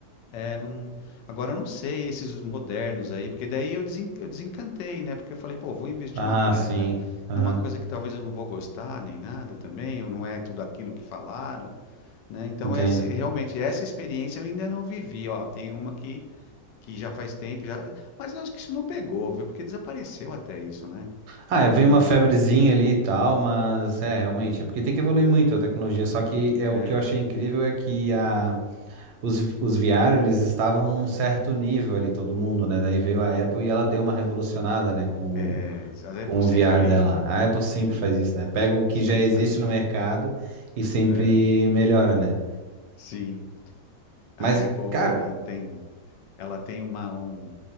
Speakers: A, on the left (about 85°); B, on the right (about 70°).
A: É, não. Agora eu não sei esses os modernos aí, porque daí eu desen- eu desencantei, né? Porque eu falei, pô, vou investir
B: Ah,
A: uma grana
B: sim. Aham.
A: numa coisa que talvez eu não vou gostar nem nada também, ou não é tudo aquilo que falaram né? Então,
B: Entendo.
A: esse- realmente, essa experiência eu ainda não vivi. Ó, tem uma que, que já faz tempo, já... mas eu acho que isso não pegou, viu? Porque desapareceu até isso, né?
B: Ah, é,
A: Ou
B: veio
A: não?
B: uma febrezinha
A: Eu...
B: ali e tal, mas é, realmente,
A: Não.
B: é porque tem que evoluir muito a tecnologia. Só que é
A: É,
B: o que eu achei incrível é que a, os, os VR, eles estavam num certo nível ali, todo mundo, né? Daí veio a Apple e ela deu uma revolucionada, né, com,
A: é, a
B: com
A: Apple
B: o
A: sempre,
B: VR dela. A Apple sempre
A: é,
B: faz isso, né? Pega o que
A: sempre
B: já existe
A: faz isso.
B: no mercado e sempre
A: É,
B: melhora, né?
A: sim,
B: Mas,
A: a Apple
B: cara,
A: ela tem, ela tem uma, um,